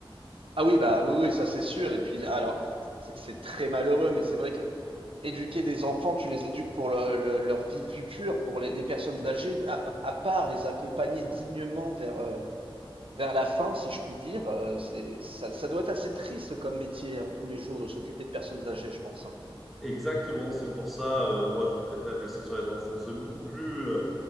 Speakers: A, on the right; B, in the centre.
A: Ah oui, bah oui, oui, ça c'est sûr. Et puis, alors, c'est c'est très malheureux, mais c'est vrai que éduquer des enfants, tu les éduques pour le- le- leur vie future, pour les, les personnes âgées, à, pa- à part les accompagner dignement vers, euh, vers la fin, si je puis dire, euh, c'est, ça, ça doit être assez triste comme métier, hein, tous les jours, de s'occuper de personnes âgées, je pense. hein.
B: Exactement, c'est pour ça, euh, moi, je préfère rester sur les enfants. C'est beaucoup plus euh,